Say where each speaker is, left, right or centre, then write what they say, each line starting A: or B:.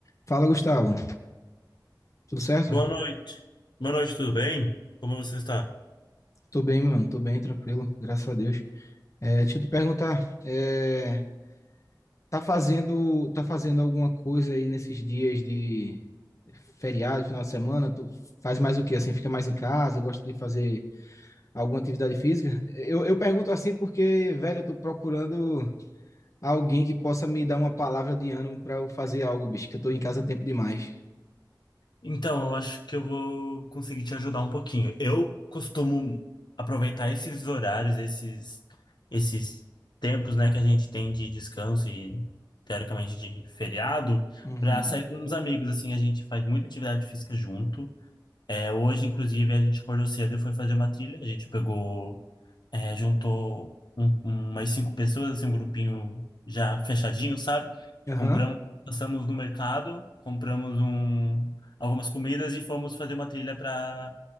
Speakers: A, on the left; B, on the left.
A: Fala, Gustavo. Tudo certo?
B: Boa noite. Boa noite, tudo bem? Como você está?
A: Tô bem, mano. Tô bem, tranquilo. Graças a Deus. É, deixa eu te perguntar, é, tá fazendo, tá fazendo alguma coisa aí nesses dias de feriado, final de semana? Tu faz mais o quê? Assim, fica mais em casa? Gosta de fazer alguma atividade física? Eu, eu pergunto assim porque, velho, eu tô procurando alguém que possa me dar uma palavra de ânimo pra eu fazer algo, bicho, que eu tô em casa tempo demais.
B: Então, eu acho que eu vou conseguir te ajudar um pouquinho. Eu costumo aproveitar esses horários, esses esses tempos, né, que a gente tem de descanso e teoricamente de feriado,
A: Uhum.
B: para sair com uns amigos assim, a gente faz muita atividade física junto. É, hoje, inclusive, a gente acordou cedo e foi fazer uma trilha. A gente pegou é, juntou um- um, umas cinco pessoas, assim, um grupinho já fechadinho, sabe?
A: Aham.
B: Compramos, passamos no mercado, compramos um, algumas comidas e fomos fazer uma trilha para